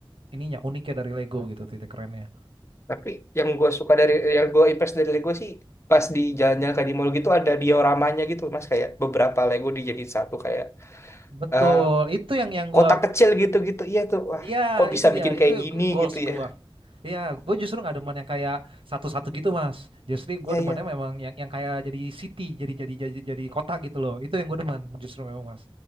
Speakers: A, on the right; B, on the left.
A: ininya uniknya dari Lego gitu, titik kerennya.
B: Tapi yang gue suka dari, yang gue impress dari Lego sih pas di jalan-jalan kayak di mall gitu ada dioramanya gitu mas kayak beberapa Lego dijadiin satu kayak
A: Betul,
B: eh,
A: itu yang yang
B: kotak
A: gue,
B: kecil gitu-gitu. Iya tuh, wah
A: iya
B: kok bisa
A: itu dia,
B: bikin
A: itu
B: kayak gini
A: goals
B: gitu
A: gue.
B: ya.
A: Iya, gue justru nggak demen yang kayak satu-satu gitu, Mas. Justru gue
B: Iya
A: demennya
B: iya
A: memang yang yang kayak jadi city, jadi jadi jadi jadi kota gitu loh. Itu yang gue demen justru memang, Mas.